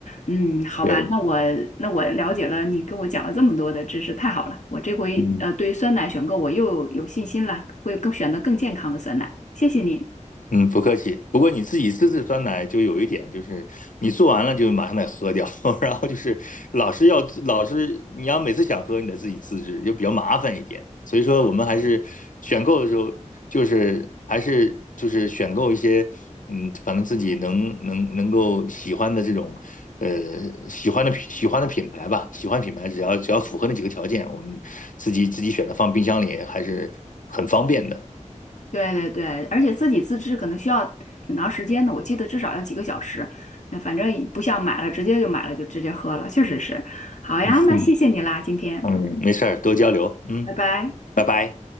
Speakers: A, on the left; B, on the left.
A: 嗯，好吧，
B: 对，
A: 那我那我了解了，你跟我讲了这么多的知识，太好了。我这回呃，
B: 嗯。
A: 对于酸奶选购我又有信心了，会更选择更健康的酸奶。谢谢你。
B: 嗯，不客气。不过你自己自制酸奶就有一点，就是你做完了就马上得喝掉，<laughs> 然后就是老是要老是你要每次想喝，你得自己自制，就比较麻烦一点。所以说我们还是选购的时候，就是还是就是选购一些嗯，反正自己能能能够喜欢的这种呃喜欢的品喜欢的品牌吧，喜欢品牌只要只要符合那几个条件，我们自己自己选择放冰箱里还是很方便的。
A: 对对对，而且自己自制可能需要挺长时间的，我记得至少要几个小时。那反正也不像买了直接就买了就直接喝了，确实是。好呀，
B: <laughs> 嗯。
A: 那谢谢你啦，今天，
B: 嗯，没事儿，多交流。嗯，
A: 拜拜。
B: 拜拜。